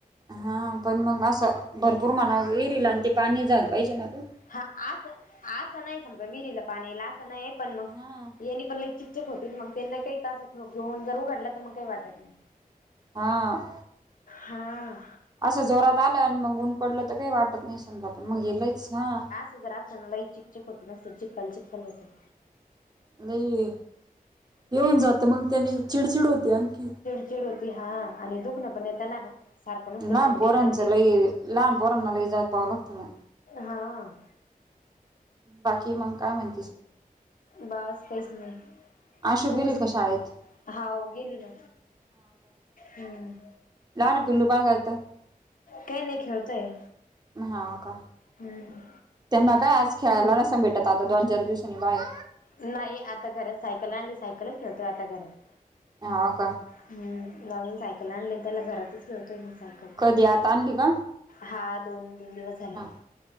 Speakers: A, on the right; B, on the left.
A: हा पण मंग असं भरपूर म्हणालं येरील आणि तू पाणी झालं पाहिजे ना गं.
B: हा आसं आसं नाही समजा विहिरीला पाणी येईल असं नाहीय पण मंग
A: हा
B: येणी पण लय चीक चिक होतील मग त्यांना काही तासा ठोक घेऊन जर उघडला तर मग काही वाटत नाही.
A: हां.
B: हां.
A: असं जोरात आलं आणि मंग ऊन पडलं तर काही वाटत नाही समजा पण मंग हे लंयच हां.
B: तुजरासन म लय चिकचिक होतं नुसतं चिक्कल चिक्कल होतो.
A: नाही येऊन जातो मंग त्याने चिडचिड होती आणखी.
B: चिड होती हा आणि दुखनं पण येता ना सारखं नुसतं
A: लहान
B: थंडी
A: पोरांचं
B: थंडी.
A: लई लहान पोरांना लय जयपावं लागतं म.
B: हां.
A: बाकी मंग काय म्हण
B: बस काहीच नाही.
A: आशू
B: तुम्हीच
A: गेली का शाळेत
B: हाव गेली ना हम्म.
A: जा ना पिल्लू काय करता, <unintelligible>
B: काय नाही खेळतोय,
A: हा का,
B: हम्म
A: त्यांना काय आज खेळायला नसत भेटत आता दोन, चार दिवसांनी बाहेर.
B: नाही. आता घरात सायकल आणली सायकलच खेळतोय आता घरात.
A: हो का,?
B: हम् नवीन सायकल आणले त्याला घरातच खेळतोय मग सायकल.
A: कधी आता आणली का,
B: हा दोन तीन दिवस, झाले
A: ह